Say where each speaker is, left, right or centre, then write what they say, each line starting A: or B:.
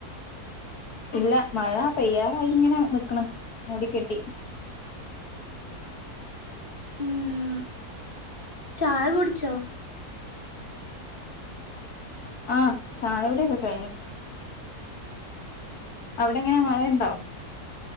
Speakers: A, on the left; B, on the left.
A: ഇല്ല മഴ പെയ്യാറായി ഇങ്ങനെ നിക്കണ് മൂടി കെട്ടി
B: ഉം ചായ കുടിച്ചോ
A: ആഹ് ചായവിടെക്കെ കഴിഞ്ഞു അവിടെ എങ്ങനെ മഴ ഉണ്ടോ